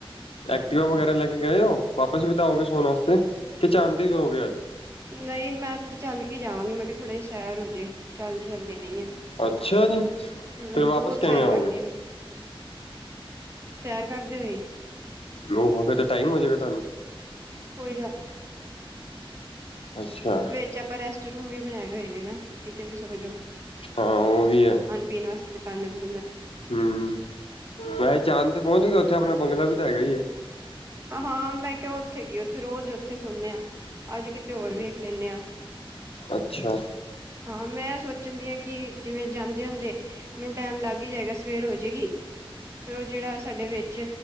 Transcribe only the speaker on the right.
ਨਹੀਂ, ਮੈਂ ਤੇ ਚੱਲ ਕੇ ਜਾਵਾਂਗੀ ਮੈਂ ਕਿਹਾ ਥੋੜ੍ਹੇ ਸੈਰ ਹੋਜੇ ਚੱਲਦੇ-ਚੱਲਦੇ ਨਹੀਂ ਆ।
ਹੂੰ,
ਬਹੁਤ
ਸੈਰ
ਕਰਦੀ ਆ ਮੈਂ ਸੈਰ ਕਰਦੇ ਓ ਜ਼ੀ?
ਕੋਈ ਗੱਲ
ਵੇਚ ਆਪਾਂ ਰੈਸਟ ਰੂਮ ਵੀ ਬਣਾਏ ਹੋਏ ਨੇ ਨਾ, ਕੀਤੇ ਵੀ ਸੌ ਜੋ।
ਪੀਣ ਵਾਸਤੇ ਦਕਾਨਾਂ-ਦੁਕਾਨਾ
ਹਾਂ, ਮੈਂ ਕਿਹਾ ਉੱਥੇ ਕੀ, ਉੱਥੇ ਰੋਜ਼ ਉੱਥੇ ਸੌਣੇ ਆ ਅੱਜ ਕਿਤੇ ਹੋਰ ਵੇਖ ਲੈਂਨੇ ਆ।
ਹਾਂ, ਮੈਂ ਸੋਚਣ ਡਈ ਆ, ਕਿ ਜਿਵੇਂ ਜਾਂਦੇ-ਜਾਂਦੇ ਮੈਨੂੰ ਟੈਮ ਲੱਗ ਈ ਜਾਏਗਾ ਸਵੇਰ ਹੋ ਜਾਏਗੀ, ਫਿਰ ਉਹ ਜਿਹੜਾ ਸਾਡੇ ਵਿੱਚ